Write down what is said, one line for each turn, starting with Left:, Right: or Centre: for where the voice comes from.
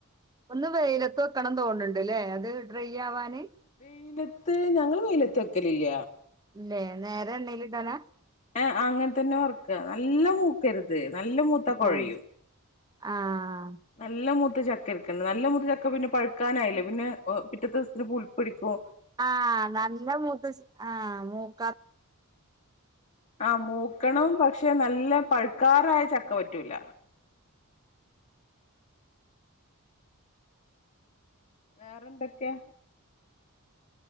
Right: ഒന്ന് വെയിലത്ത് വെക്കണം തൊൺണ് ണ്ട്ലെ അത് ഡ്രൈ ആവാന്
Left: വെയിലത്ത് ഞങ്ങള് വെയിലത്ത് വെക്കലില്ല
Right: ഇല്ലേ നേരെ എണ്ണേല് ഇടലാ
Left: ഏ അങ്ങൻ തന്നെ വർക്ക നല്ല മൂക്കര്ത് നല്ല മൂത്താ കോഴയും
Right: ആഹ് ആഹ്
Left: നല്ല മൂത്ത ചക്ക എട്ക്കൻ നല്ല മൂത്ത ചക്ക പിന്നെ പഴുക്കാനായില്ലേ പിന്നെ പിറ്റത്തെ ദീസ്ത്തിന് പു പിടിക്കോ
Right: ആ നല്ല മൂത്ത ച ആ മൂക്കാ
Left: ആ മൂക്കണം പക്ഷെ നല്ല പഴുക്കാറായ ചക്ക പറ്റൂല വേറെ എന്തക്കെ